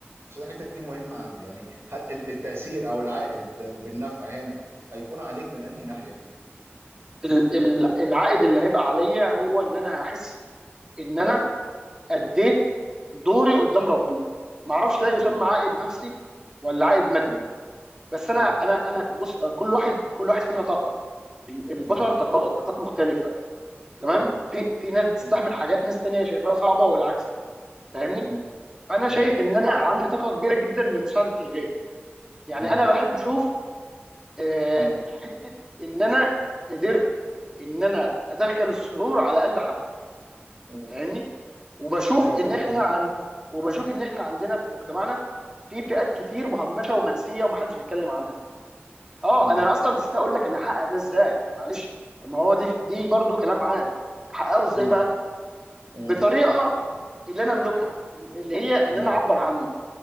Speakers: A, on the right (about 75°); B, on the right (about 15°).
A: عشان الحتة دي مهمة عندي يعني هل ال- التأثير او العائد بالنفع هنا هيكون عليك من انهي ناحية
B: ال- ال- العائد اللي هيبقى عليا هو ان انا هحس ان انا اديت دوري قدام ربنا ما اعرفش ده يسمى
A: مم،
B: عائد نفسي ولا عائد مادي
A: مم،
B: بس
A: مم،
B: انا انا انا بص كل واحد كل واحد فينا طاقه ال- البشر
A: مم،
B: طاقات طاقات مختلفه تمام
A: مم،
B: في في ناس بتستحمل
A: مم،
B: حاجات ناس تانية شايفاها صعبه والعكس فاهمني
A: مم،
B: فانا
A: مم،
B: شايف ان انا عندي طاقه كبيره جدا لمساعده الغير يعني
A: مم،
B: انا بحب اشوف آه،
A: مم،
B: حته ان انا قدرت ان انا ادخل السرور على قلب حد
A: مم.
B: فاهمني وبشوف
A: ايوه فهمت
B: ان احنا
A: قصدك
B: عن وبشوف ان احنا عندنا في مجتمعنا في فئات كتير مهمشه ومنسيه ومحدش بيتكلم عنها اه
A: مم،
B: انا اصلا نسيت اقول لك انا هحقق ده ازاي معلش طب ما هو دي دي
A: مم،
B: برضو كلام عام هحققه ازاي
A: مم،
B: بقى
A: مم،
B: بطريقه اللي انا املكها اللي هي ان
A: مم.
B: انا اعبر عنه